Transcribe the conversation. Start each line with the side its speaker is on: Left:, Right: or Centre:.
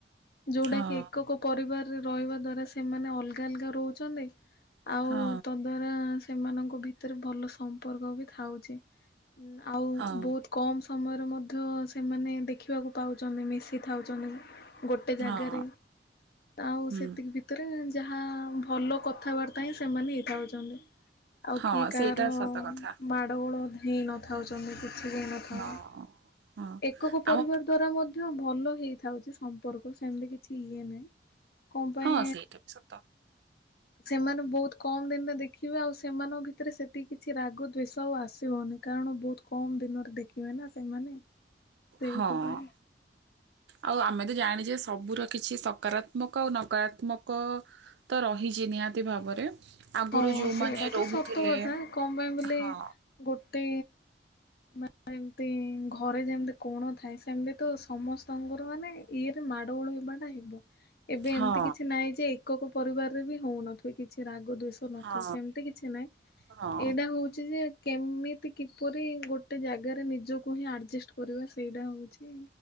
Left: ଯୋଉଟା
Right: ହଁ
Left: କି ଏକକ ପରିବାର ରହିବା ଦ୍ଵାରା ସେମାନେ ଅଲଗା ଅଲଗା ରହୁଛନ୍ତି। ଆଉ
Right: ହଁ
Left: ତ ଦ୍ଵାରା ସେମାନଙ୍କ ଭିତରେ ଭଲ ସମ୍ପର୍କ ବି ଥାଉଛି। ଆଉ
Right: ହଁ
Left: ବହୁତ କମ୍ ସମୟରେ ମଧ୍ୟ ସେମାନେ ଦେଖିବାକୁ ପାଉଛନ୍ତି ମିଶିଥାଉଛନ୍ତି। ଗୋଟେ ଜାଗାରେ
Right: ହଁ
Left: ତ ଆଉ
Right: ହୁଁ
Left: ସେତିକି ଭିତରେ ହାଁ ଭଲ। କଥାବାର୍ତ୍ତା ହିଁ ସେମାନେ ହେଇଥାଉ ହୁଁ। ଆଉ
Right: ହଁ
Left: କିଏ କାହାର
Right: ସେଇଟା ସତ କଥା।
Left: ମାଡ ଗୋଳ ହିଁ ନଥାଉଛନ୍ତି କି ସେବିନ ଖବ
Right: ହଁ
Left: <unintelligible>
Right: ହଁ
Left: ଏକକ ପରିବାର
Right: ଆମ
Left: ଦ୍ଵାରା ଭଲ ହେଇଥାଉଛି ସମ୍ପର୍କ ସେମିତି କିଛି ଇଏ ନାହିଁ। କଣ ପାଇଁ
Right: ହଁ ସେଇଟା ବି ସତ।
Left: ସେମାନେ ବହୁତ କମ ଦିନରେ ଦେଖିବେ ଆଉ ସେମାନଙ୍କ ଭିତରେ ସେତିକି କିଛି ରାଗ ଦଵେଷ ଆଉ ଆସିବନି କାରଣ ବହୁତ କମ ଦିନରେ ଦେଖିବେ ନା ସେମାନେ। ।
Right: ହଁ।
Left: ସେଇଥି ପାଇ
Right: ଆଉ ଆମେ ତ ଜାଣିଛେ ସବୁର କିଛି ସକାରାତ୍ମକ ଆଉ ନକାରାତ୍ମକ ତ ରହିଛି ନିହାତି ଭାବରେ ଆଗରୁ
Left: ହଁ
Right: ଯୋଉମାନେ
Left: ସେଇଟା ତ
Right: ରହୁଥିଲେ
Left: ସତ କଥା କଣ ପାଇଁ ବୋଲି
Right: ହଁ
Left: ଗୋଟେ ମାନେ ଘରେ ଯେମିତି କୋଣ ଥାଏ ସେମିତି ତ ସମସ୍ତଙ୍କର ମାନେ ଇଏରେ ମାଡ଼ଗୋଳ ହେବାଟା ହେବ ଏବେ
Right: ହଁ
Left: ଏମିତି କିଛି ନାହିଁ ଯେ ଏକକୁ ପରିବାରରେ ବି ହଉନଥିବେ କିଛି ରାଗ ଦୁଇ ନଥିବ
Right: ହଁ
Left: ସେମିତି କିଛି ନହିଁ
Right: ହଁ
Left: ଏଇଟା ହଉଛି ଯେ କେମିତି କିପରି ଗୋଟେ ଜାଗାରେ ନିଜକୁ ହିଁ ଆଡଜଷ୍ଟ କରିବା ସେଇଟା ହଉଛି